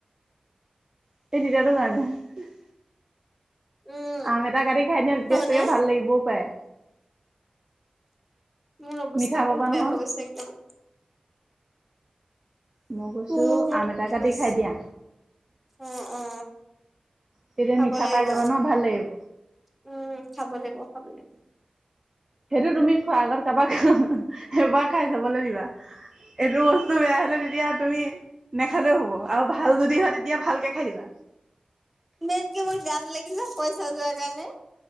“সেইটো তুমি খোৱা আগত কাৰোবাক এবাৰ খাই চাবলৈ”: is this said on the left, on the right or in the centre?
Right